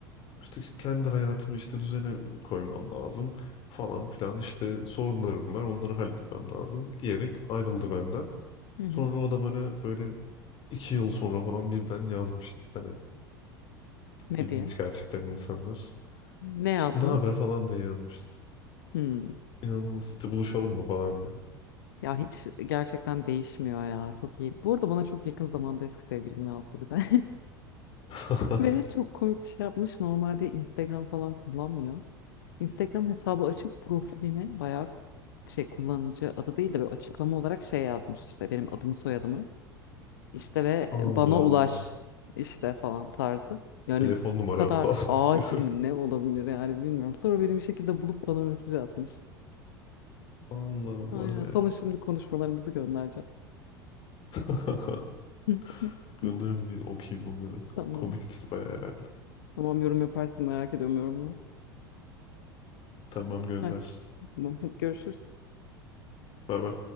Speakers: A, on the left (about 45°); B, on the left (about 65°).
A: İşte kendi hayatımı işte düzene koymam lazım falan filan işte sorunlarım var onları halletmem lazım diyerek ayrıldı benden.
B: Hı hı.
A: Sonra o da bana böyle iki yıl sonra falan birden yazmıştı. Hani
B: Ne
A: ilginç
B: diye?
A: gerçekten insanlar.
B: Ne yazmış?
A: İşte ne haber falan diye yazmıştı.
B: Hmm.
A: İnanılmaz işte buluşalım mı falan diyor.
B: Ya hiç gerçekten değişmiyor ya. Çok iyi. Bu arada bana çok yakın zamanda eski sevgilim yazdı bir de. <laughs>
A: <laughs>
B: Ve çok komik bir şey yapmış. Normalde Instagram falan kullanmıyor. Instagram hesabı açıp profiline bayağı şey kullanıcı adı değil de böyle açıklama olarak şey yazmış işte benim adımı soyadımı işte ve
A: Allah
B: bana ulaş
A: Allah.
B: işte falan tarzı. Yani
A: Telefon
B: bu
A: numaram
B: kadar
A: falan
B: acil
A: <laughs> diyor.
B: ne olabilir yani bilmiyorum. Sonra beni bir şekilde bulup bana mesaj atmış.
A: Allah Allah
B: Aynen.
A: ya.
B: Sana şimdi konuşmalarımızı göndereceğim.
A: <laughs>
B: <laughs>
A: Gönderdi bir okuyayım onları.
B: Tamam.
A: Komiktir baya herhalde.
B: Tamam yorum yaparsın merak ediyorum yorumunu.
A: Tamam gönder.
B: Hadi. Tamam. Hadi görüşürüz.
A: Bay bay.